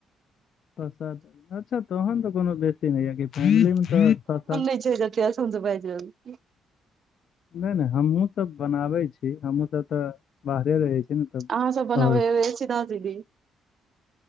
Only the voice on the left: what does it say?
छ सात अच्छा तहन तऽ कोनो बेसी नहि या कि फैमिली मे तऽ,। <unintelligible>
नइ - नइ हमहु सब बनाबइ छी, हमहुँ सब तऽ, बाहरे रहे छी। ने तब
और